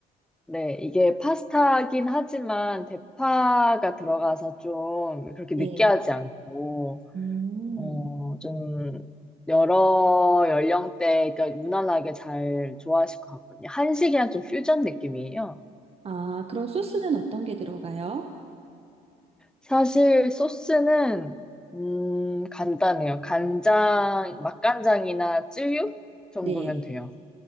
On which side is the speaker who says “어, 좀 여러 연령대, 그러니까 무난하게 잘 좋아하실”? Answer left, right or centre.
Centre